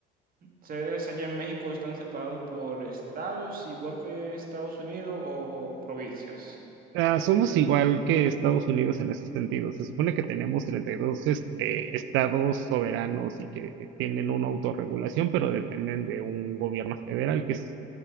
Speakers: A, on the right; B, on the right.
A: ¿Ustedes allá en México están separados por estados, igual que Estados Unidos, o provincias?
B: Ah, somos igual que Estados Unidos en ese sentido. Se supone que tenemos 32 este, estados soberanos y que tienen una autorregulación, pero dependen de un gobierno federal, que es,